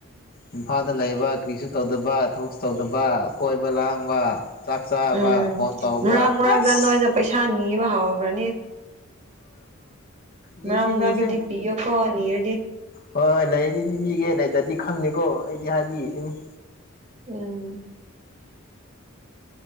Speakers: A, on the left; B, on the right.
A: ꯏꯝꯐꯥꯜꯗ ꯂꯩꯕ ꯀ꯭ꯔꯤꯁꯨ ꯇꯧꯗꯕ ꯊꯕꯛꯁꯨ ꯇꯧꯗꯕ ꯀꯣꯏꯕ ꯂꯥꯡꯕ ꯆꯥꯛ ꯆꯥꯕ
B: ꯎꯝ
A: ꯐꯣꯟ ꯇꯧꯕ
B: ꯃꯔꯥꯛ ꯃꯔꯥꯛꯇ
A: ꯑꯁ
B: ꯅꯣꯏꯗ ꯄꯩꯁꯥ ꯅꯤꯕ ꯍꯧꯈ꯭ꯔꯅꯤ
A: ꯅꯤꯁꯦ
B: ꯃꯔꯛ ꯃꯔꯛꯇꯗꯤ
A: ꯅꯤꯁꯦ
B: ꯄꯤꯌꯣꯀꯣ ꯅꯤꯔꯗꯤ
A: ꯍꯣꯏ ꯂꯩꯗꯤ ꯄꯤꯕꯤꯒꯦ ꯂꯩꯇꯗꯤ ꯈꯪꯗꯦꯀꯣ ꯑꯩꯗꯤ ꯍꯥꯏꯕꯤꯔꯤꯁꯤꯅꯤ
B: ꯎꯝ